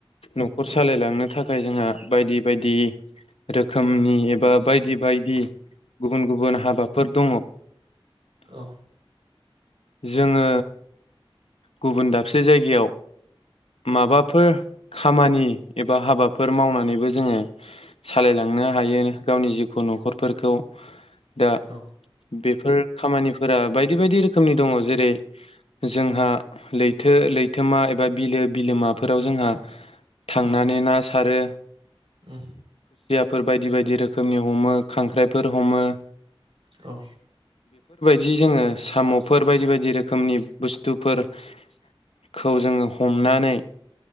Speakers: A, on the left; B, on the right.
A: न'खर
B: औ
A: सालायलांनो थाखाय जोंहा बायदि बायदि रोखोमनि एबा बायदि बायदि गुबुन गुबुन हाबाफोर दङ।
B: औ
A: जोङो गुबुन दाबसे जायगायाव
B: उम
A: माबाफोर खामानि एबा हाबाफोर मावनानैबो जोङो सालायलांनो हायो गावनि जिउखौ न'खरफोरखौ। दा
B: औ
A: बे फोर खामानिफोरा बायदि बायदि रो खोमनि दङ जेरै जोंहा लैथो लैथोमा एबा बिलो बिलोमाफोराव जोंहा थांनानै
B: उम
A: ना सारो
B: उम।
A: फोर बायदि बायदि रोखोमनि हमो खांख्राइफोर हमो।
B: औ।
A: जि जोङो साम'फोर बायदि बायदि रोखोमनि बुस्थुफोरखौ जोङो हमनानै